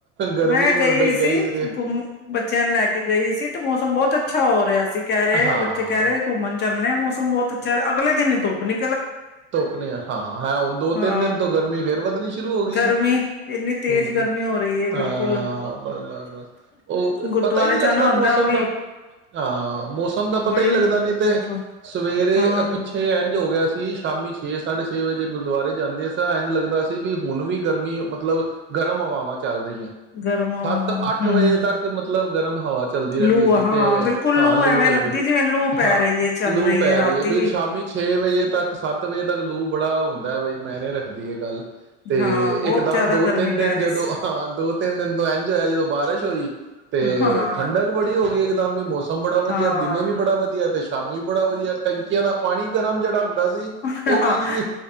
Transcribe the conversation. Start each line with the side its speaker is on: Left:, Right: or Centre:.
Right: ਗਰਮੀ
Left: ਮੈਂ ਗਈ
Right: ਬਈ
Left: ਸੀ
Right: ਤੇ
Left: ਘੁਮਾਣ ਬੱਚਿਆਂ ਨੂੰ ਲੈ ਕੇ ਗਈ ਸੀ ਤੇ ਮੌਸਮ ਬਹੁਤ ਅੱਾ ਅੱਛਾ ਹੋ ਰਿਹਾ ਸੀ ਕਹਿ ਰਹੇ
Right: ਹਾਂ
Left: ਬੱਚੇ ਕਹਿ ਰਹੇ ਘੁੰਮਣ ਚੱਲਣੇ ਆ ਮੌਸਮ ਬਹੁਤ ਅ ਚਾਰ ਅਗਲੇ ਦਿਨ ਹੀ ਤੁੱਪਣੀ
Right: ਧੁੱਪ ਨੇ ਹਾਂ ਹੈ ਹੁਣ ਦੋ
Left: ਹਾਂ
Right: ਤਿੰਨ ਦਿਨ ਤੋਂ ਗਰਮੀ ਫੇਿਰ ਵੱਧਣੀ ਸ਼ੁਰੂ ਹੋ ਗਈ
Left: ਗਰਮੀ ਇੰਨੀ ਤੇਜ਼
Right: ਹਮ
Left: ਗਰਮੀ ਹੋ ਰਹੀ ਹੈ
Right: ਹਾਂ
Left: ਬਿਲਕੁਲ
Right: ਬਸ ਬਸ ਬਸ ਉਹ
Left: ਗੁਰਦੁਆਰੇ
Right: ਪਤਾ ਹੀ ਨਹੀਂ
Left: ਜਾਣਾ
Right: ਲੱਗਦਾ ਮੌਸਮ
Left: ਹੁੰਦਾ ਉਹ ਵੀ
Right: ਦਾ ਹਾਂ ਮੌਸਮ ਦਾ ਪਤਾ
Left: ਬੜੀ
Right: ਹੀ ਲੱਗਦਾ ਨਹੀਂ
Left: ਧੁੱਪ
Right: ਤੇ ਸਵੇਰੇ
Left: ਹਾਂ
Right: ਪਿੱਛੇ ਇੰਝ ਹੋ ਗਿਆ ਕੀ ਸ਼ਾਮੀ ਛੇ ਸਾਢੇ ਛੇ ਵਜੇ ਗੁਰਦੁਆਰੇ ਜਾਂਦੇ ਸ ਇੰਝ ਲੱਗਦਾ ਸੀ ਵੀ ਹੁਣ ਵੀ ਗਰਮੀ ਮਤਲਬ ਗਰਮ ਹਵਾਵਾਂ ਚੱਲ ਰਹੀ ਹੈ
Left: ਗਰਮ ਹਵਾਵਾਂ
Right: ਸੱਤ ਅੱਠ
Left: ਹੂੰ
Right: ਵਜੇ ਤੱਕ ਮਤਲਬ ਗਰਮ ਹਵਾ ਚੱਲਦੀ ਰਹਿੰਦੀ
Left: ਲੂ
Right: ਸੀ
Left: ਆ ਹਾਂ
Right: ਤੇ
Left: ਬਿਲਕੁਲ
Right: ਹਾਂ ਲੂ
Left: ਐਵੇਂ
Right: ਚੱਲਦੀ
Left: ਲੱਗਦੀ ਜਿਵੇਂ ਲੂ ਪੈ
Right: ਹਾਂ
Left: ਰਹੀ ਹੈ ਚੱਲ
Right: ਲੂ ਪੈ
Left: ਰਾਤੀ
Right: ਰਹੀ ਹੈ ਵੀਰ
Left: ਵੀ
Right: ਸ਼ਾਮੀ ਛੇ ਵਜੇ ਤੱਕ ਸੱਤ ਵਜੇ ਤੱਕ ਲੂ ਬੜਾ ਹੁੰਦਾ ਬ ਮੈਂ ਨਹੀਂ ਰੱਖਦੀ ਹੈ ਗੱਲ ਤੇ
Left: ਹਾਂ ਬਹੁਤ
Right: ਇਕਦਮ
Left: ਜ਼ਿਆਦਾ
Right: ਦੋ
Left: ਗਰਮੀ
Right: ਤਿੰਨ ਦਿਨ
Left: ਪੈ ਰਹੀ
Right: ਜਦੋਂ
Left: ਸੀ
Right: ਹਾਂ ਦੋ ਤਿੰਨ ਦਿਨ ਤੋਂ ਇੰਝ ਹੋਇਆ ਜਦੋਂ ਬਾਰਿਸ਼ ਹੋਈ ਤੇ
Left: ਹਾਂ
Right: ਠੰਡਕ ਬੜੀ ਹੋ ਗਈ ਦਾ ਵੀ ਮੌਸਮ ਬੜਾ ਵਧੀਆ
Left: ਹਾਂ
Right: ਦਿਨੇ ਵੀ ਬੜਾ ਵਧੀਆ ਤੇ ਸ਼ਾਮੀ ਵੀ ਬੜਾ ਵਧੀਆ ਟੈਂਕੀਆਂ ਦਾ ਪਾਣੀ ਗਰਮ ਜਿਹੜਾ ਹੁੰਦਾ ਸੀ
Left: ਹਾਂ
Right: ਉਹ ਵੀ